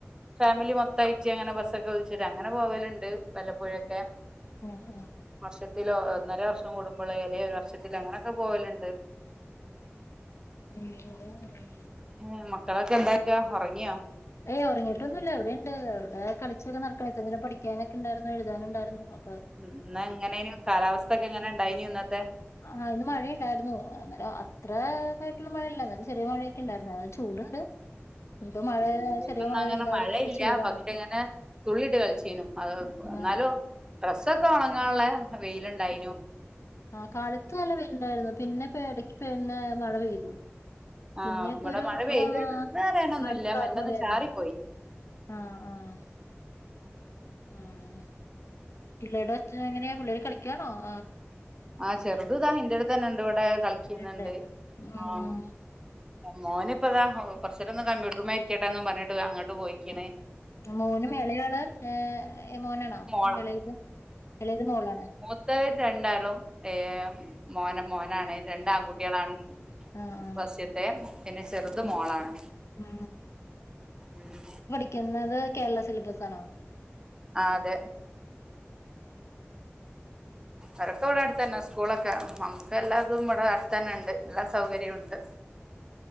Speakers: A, on the right; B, on the left.
A: ഫാമിലി മൊത്തായിട്ട് അങ്ങനെ ബസ്സൊക്കെ വിളിച്ചിട്ട് അങ്ങനെ പോവലുണ്ട്. വല്ലപ്പോഴും ഒക്കെ
B: ആഹ് ആഹ്
A: വർഷത്തിലോ ഒന്നര വർഷം കൂടുമ്പള്, അല്ലേൽ ഒരു വർഷത്തിലോ അങ്ങനെ ഒക്കെ പോവലുണ്ട്
B: ഉം ഉം <unintelligible>
A: ഏഹ് മക്കളൊക്കെ എന്ത് ആക്കാ ഒറങ്ങിയോ
B: ഏഹ് ഒറങ്ങിട്ടൊന്നുല്ല. അവിടെ ഉണ്ട്. അവിടെ കളിച്ചൊക്കെ നടക്കുക. ഇത്ര നേരം പഠിക്കാനൊക്കെ ഉണ്ടായിരുന്നു. എഴുതാനുണ്ടായിരുന്നു അ
A: ഉം ഇന്ന് എങ്ങനെയെനും കാലാവസ്ഥ ഒക്കെ എങ്ങനെ ഇണ്ടായിനിയെ ഇന്നത്തെ
B: ആഹ് ഇന്ന് മഴയുണ്ടായിരുന്നു. എന്നാലും അത്ര ഇതായിട്ടുള്ള മഴയല്ല. എന്നാലും ചെറിയ മഴ ക്കെ ഉണ്ടായിരുന്നു. എന്നാലും ചൂടുണ്ട് ഇനി ഇപ്പം മഴ
A: നമുക്കൊന്നും
B: ചെറിയ മഴ
A: അങ്ങനെ
B: പെയ്താലും
A: മഴയില്ല.
B: നല്ല ചൂടാണ്
A: പക്ഷെ ഇങ്ങനെ തുള്ളിട്ട് കളിച്ചേനും. എന്നാലോ
B: ആ
A: ഡ്രസ്സൊക്കെ ഉണങ്ങാനുള്ളേ വെയില് ഉണ്ടായിനു
B: ആഹ് കാലത്ത് നല്ല വെയിലുണ്ടായിരുന്നു. പിന്നെ ഇപ്പം ഇടക്ക് പിന്നെ മഴ പെയ്തു.
A: ആ
B: പിന്നെ ഒക്കെ
A: ഇവിടെ
B: ഒരു
A: മഴ പെയ്തിന്ന്
B: ആഹ്
A: പറയാനൊന്നുമില്ല
B: മഴക്കാർ
A: മെല്ലെ
B: പോലെ
A: ഒന്ന്
B: ആയിരുന്നു.
A: ചാറിപ്പോയി
B: ആഹ് ആഹ് ഉം. പിള്ളേരുടെ ഒച്ച എങ്ങനെ പിള്ളേര് കളിക്കാണോ, ആഹ്
A: ആഹ് ചെറുത് ഇതാ ഇന്റെ അടുത്ത് തന്നെ ഉണ്ട് ഇവിടെ കളിക്കുന്നുണ്ട്.
B: ഉണ്ട്. ഉം
A: ആഹ്
B: ഉം,
A: മോന് ഇപ്പതാ കൊറച്ച് നേരം ഒന്ന് കമ്പ്യൂട്ടർമെ ഇരിക്കട്ടെ എന്നും പറഞ്ഞിട്ട് ഇതാ അങ്ങട്ട് പോയിക്ക്ണ്
B: മോനും എളയ ആള് ഏഹ് മോനാണോ
A: മോള
B: ഇളയത്, ഇളയത് മോളാണ്.
A: ത്തത് രണ്ടാളും ഏഹ് മോന് മോനാണ്. രണ്ട് ആൺകുട്ടികളാണ്.
B: ആ ആ
A: ഫസ് ദേ പിന്നെ ചെറുത്
B: ഉം,
A: മോളാണ്.
B: ഉം.
A: ഉം
B: ക്കുന്നത് കേരള സിലബസ് ആണോ
A: ആഹ് അതെ അതൊക്കെ ഇവിടെ അടുത്ത് തന്നെ. സ്കൂളൊക്കെ നമുക്ക് എല്ലാതും ഇവിടെ അടുത്തന്നെ ഉണ്ട്. എല്ലാ സൗകര്യവും ഉണ്ട്